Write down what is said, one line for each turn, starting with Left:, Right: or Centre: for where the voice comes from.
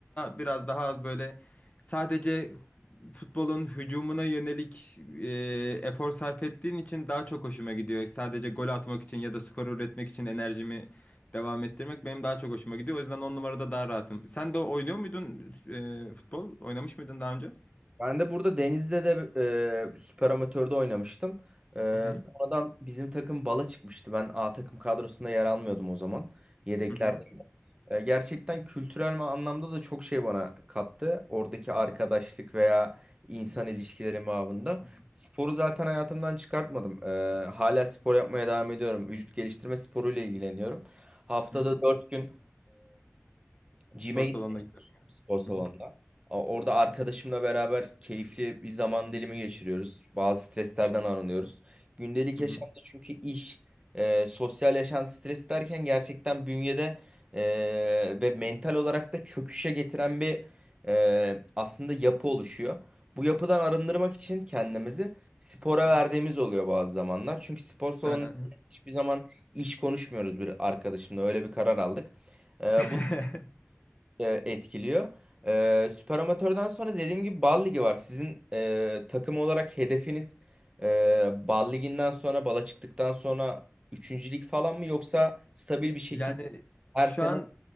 Left: biraz daha az böyle sadece futbolun hücumuna yönelik e, efor sarf ettiğin için daha çok hoşuma gidiyor. Sadece gol atmak için ya da skor üretmek için enerjimi devam ettirmek benim daha çok hoşuma gidiyor. O yüzden 10 numarada daha rahatım. Sen de oynuyor muydun e, futbol? Oynamış mıydın daha önce?
Right: Ben de burada Deniz'de de e, süper amatörde oynamıştım. E,
Left: Hı hı.
Right: sonradan bizim takım bala çıkmıştı. Ben A takım kadrosunda yer almıyordum o zaman. Yedeklerde.
Left: Hı hı.
Right: E, gerçekten kültürel anlamda da çok şey bana kattı. Oradaki arkadaşlık veya insan ilişkileri babında.
Left: Hı
Right: Sporu zaten hayatımdan çıkartmadım. E, hala spor yapmaya devam ediyorum. Vücut geliştirme sporuyla ilgileniyorum. Haftada
Left: hı.
Right: 4 gün Gym'e
Left: Spor
Right: gitmeyi
Left: salonuna gidiyorsun.
Right: düşünüyorum spor salonunda.
Left: Hı hı.
Right: A- Orada arkadaşımla beraber keyifli bir zaman dilimi geçiriyoruz. Bazı streslerden arınıyoruz. Gündelik
Left: Hı
Right: yaşamda
Left: hı.
Right: çünkü iş, e, sosyal yaşam stres derken gerçekten bünyede e, ve mental olarak da çöküşe getiren bir e, aslında yapı oluşuyor. Bu yapıdan arındırmak için kendimizi spora verdiğimiz oluyor bazı zamanlar. Çünkü spor salonunda
Left: Ben...
Right: hiçbir zaman iş konuşmuyoruz bir arkadaşımla. Öyle bir karar aldık. E,
Left: <laughs>
Right: bu e, etkiliyor. E, Süper Amatör'den sonra dediğim gibi Bal Ligi var. Sizin e, takım olarak hedefiniz e, Bal Ligi'nden sonra, Bal'a çıktıktan sonra üçüncülük falan mı yoksa stabil bir şekilde
Left: Yani
Right: her
Left: şu
Right: sene
Left: an